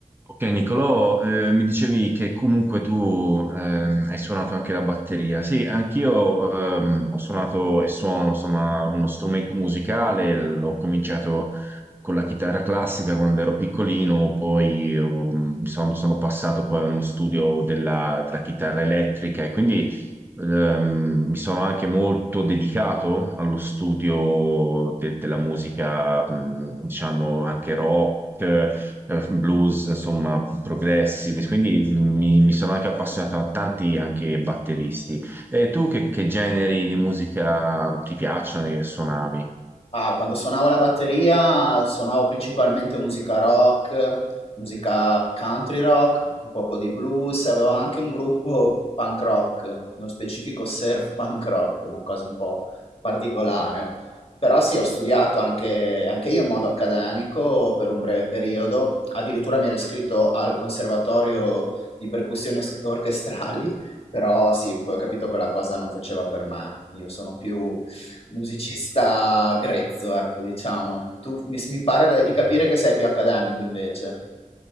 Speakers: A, on the right (about 15°); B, on the left (about 45°).
A: Ok, Nicolò, eh, mi dicevi che comunque tu ehm, hai suonato anche la batteria. Sì, anch'io ehm, ho suonato e suono, insomma, uno strumento musicale. L- Ho cominciato con la chitarra classica quando ero piccolino, poi ehm, sono, sono passato poi a uno studio della, della chitarra elettrica e quindi ehm, mi sono anche molto dedicato allo studio de- della musica, mh, diciamo, anche rock eh, blues, insomma, progressi, quindi mi, mi sono anche appassionato a tanti anche batteristi. E tu che, che generi di musica ti piacciono e suonavi?
B: Ah, quando suonavo la batteria suonavo principalmente musica rock, musica country rock, un poco di blues, avevo anche un gruppo punk rock, nello specifico surf punk rock, una cosa un po' particolare. Però sì, ho studiato anche, anche io in modo accademico per un breve periodo, addirittura mi ero iscritto al conservatorio di percussioni os- orchestrali, però sì, poi ho capito che la cosa non faceva per me, io sono più musicista grezzo, ecco, diciamo. Tu mi, mi pare di capire che sei più accademico invece.